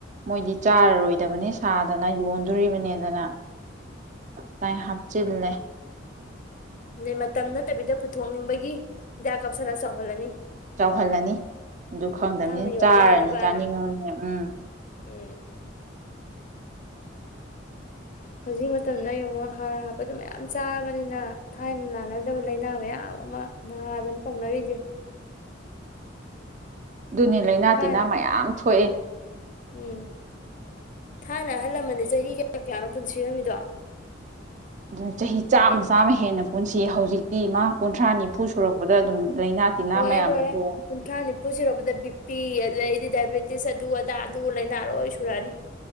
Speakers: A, on the right (about 40°); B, on the left (about 40°).
A: ꯃꯣꯏꯗꯤ ꯆꯥꯔꯔꯣꯏꯗꯕꯅꯤ ꯁꯥꯗꯅ ꯌꯣꯟꯗꯣꯔꯤꯕꯅꯤꯅ ꯗꯅ ꯇꯥꯏ ꯍꯥꯞ ꯆꯨꯝꯅ
B: ꯅ ꯃꯇꯝ ꯅꯠꯇꯕꯤꯗ ꯄꯨꯊꯣꯛꯅꯤꯡꯕꯒꯤ ꯍꯤꯗꯥꯛ ꯀꯥꯞꯁꯤꯜꯂ ꯆꯥꯎꯍꯜꯂꯅꯤ
A: ꯆꯥꯎꯍꯜꯂꯅꯤ ꯑꯗꯨ ꯈꯪꯗꯕꯅꯤꯅ
B: ꯇꯥꯡꯅ ꯌꯣꯟꯕ
A: ꯆꯥꯔꯅꯤ
B: ꯌꯥꯅꯕꯅ
A: ꯆꯥꯅꯤꯡꯉꯅꯤ ꯎꯝ
B: ꯎꯝ ꯍꯧꯖꯤꯛ ꯃꯇꯝꯗ ꯌꯦꯡꯉꯣ ꯍꯥꯔ ꯍꯥꯞꯄꯗ ꯃꯌꯥꯝ ꯆꯥꯕꯅꯤꯅ ꯊꯥꯏꯅ ꯂꯥꯟꯅꯗꯕ ꯂꯥꯏꯅꯥ ꯃꯌꯥꯝ ꯑꯃ ꯅꯥꯥꯗꯅ ꯇꯧꯅꯔꯤꯁꯦ
A: ꯑꯗꯨꯅꯤ ꯂꯥꯏꯅꯥ
B: ꯊꯥꯏ
A: ꯇꯤꯟꯅꯥ ꯃꯌꯥꯝ ꯊꯣꯛꯑꯦ
B: ꯎꯝ ꯊꯥꯏꯅ ꯑꯍꯜꯂꯝꯃꯅꯤ ꯆꯍꯤ ꯀꯌꯥ ꯀꯌꯥꯔꯣꯝ ꯄꯨꯟꯁꯤꯔꯝꯃꯤꯗꯣ
A: ꯑꯗꯨꯅ ꯆꯍꯤ ꯆꯥꯝꯃ ꯆꯥꯝꯃ ꯍꯦꯟꯅ ꯄꯨꯟꯁꯤ ꯍꯧꯖꯤꯛꯇꯤ ꯃꯥ ꯀꯨꯟꯊ꯭ꯔꯥ ꯅꯤꯐꯨ ꯁꯨꯔꯛꯄꯗ ꯑꯗꯨꯝ ꯂꯥꯏꯅꯥ ꯇꯤꯟꯅꯥ
B: ꯂꯣꯏꯔꯦ
A: ꯃꯌꯥꯝꯅ
B: ꯂꯣꯏꯔꯦ
A: ꯌꯣꯝ
B: ꯀꯨꯟꯊ꯭ꯔꯥ ꯅꯤꯐꯨ ꯁꯔꯛꯄꯗ ꯕꯤꯄꯤ ꯑꯗꯨꯗꯩꯗꯤ ꯗꯥꯏꯕꯦꯇꯤꯁ ꯑꯗꯨ ꯑꯗꯥ ꯑꯗꯨ ꯂꯥꯏꯅꯥ ꯂꯣꯏ ꯁꯨꯔꯛꯑꯅꯤ